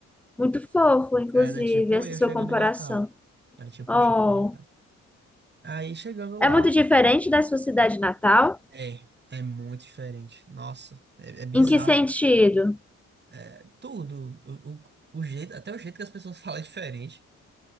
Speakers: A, in the centre; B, on the right.
A: Muito fofo, inclusive,
B: Era tipo
A: essa
B: eu
A: sua
B: chegando
A: comparação.
B: em Natal. Era tipo
A: Oh,
B: eu chegando em Natal. Aí chegando lá,
A: é muito diferente da sua cidade natal?
B: é, é muito diferente. Nossa, é, é bizarro.
A: Em que sentido?
B: É Tudo, o, o, o jeito, até o jeito que as pessoas <laughs> falam é diferente.